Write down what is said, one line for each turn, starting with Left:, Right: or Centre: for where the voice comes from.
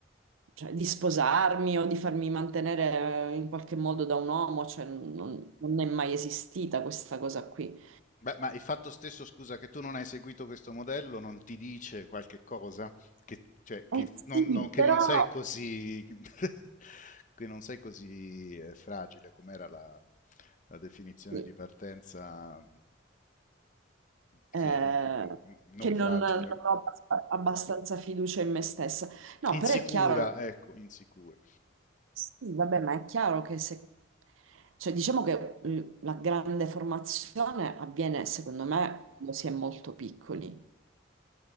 Right: cioè, di sposarmi o di farmi mantenere eh, in qualche modo da un uomo, cioè, non, non è mai esistita questa cosa qui.
Left: Beh, ma il fatto stesso, scusa, che tu non hai seguito questo modello non ti dice qualche cosa? Che, cioè, che
Right: Eh sì,
Left: non, non- che
Right: però
Left: non sei così, <laughs> che non sei così eh, fragile, com'era la, la definizione
Right: sì,
Left: di partenza? Sì,
Right: eh,
Left: no- n- non
Right: che non,
Left: fragile.
Right: non ho abbast- abbastanza fiducia in me stessa. No,
Left: Insicura,
Right: però è chiaro
Left: ecco, insicura.
Right: Sì, vabbè, ma è chiaro che se... Cioè, diciamo che eh, la grande formazione avviene, secondo me, quando si è molto piccoli.